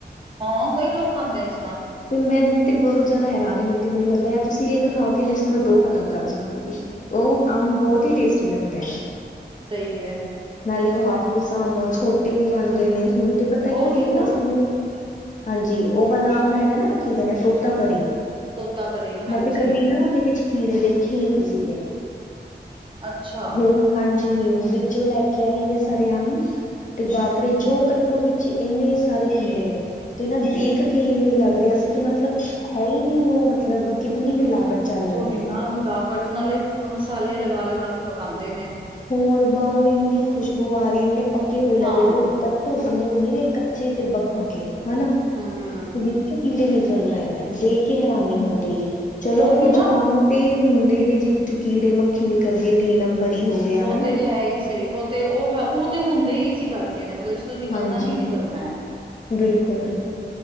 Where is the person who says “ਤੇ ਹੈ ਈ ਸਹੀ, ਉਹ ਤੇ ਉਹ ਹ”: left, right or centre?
Right